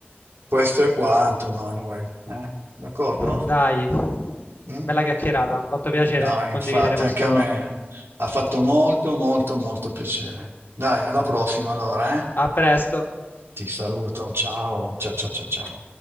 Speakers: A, on the right; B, on the left.
A: Questo è quanto, Manuel. eh? D'accordo?
B: Dai, bella
A: Mm.
B: chiacchierata, mi ha fatto piacere
A: No,
B: condividere
A: infatti,
B: questo.
A: anche a me ha fatto molto, molto, molto piacere. Dai, alla prossima allora, eh?
B: A presto.
A: Ti saluto, ciao, ciao, ciao, ciao, ciao.